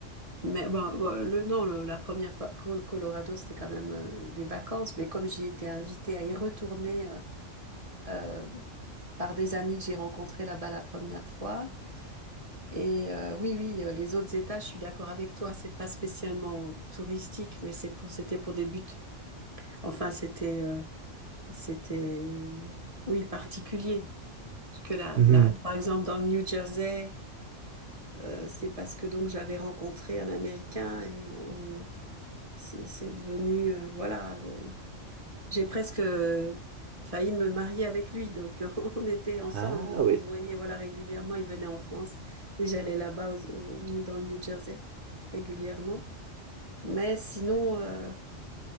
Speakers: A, on the right (about 25°); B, on the right (about 60°).
A: Mais bon, bon, le, non, le- la première fois au Colorado, c'était quand même euh, des vacances. Mais comme j'y étais invitée à y retourner euh, euh, par des amis que j'ai rencontrés là-bas la première fois, Et euh, oui, oui, euh, les autres États, je suis d'accord avec toi. C'est pas spécialement touristique, mais c'est pour, c'était pour des buts. Enfin, c'était, euh, c'était, oui, particulier. parce que là,
B: Mhm.
A: là, par exemple, dans le New Jersey, euh, c'est parce que donc j'avais rencontré un Américain et on, c'est c'est devenu, euh, voilà, J'ai presque euh, failli me marier avec lui, donc <laughs> on était ensemble,
B: Ah
A: donc
B: oui.
A: on se voyait voilà régulièrement. Il venait en France et j'allais là-bas au- au New- dans le New Jersey régulièrement. Mais sinon, euh,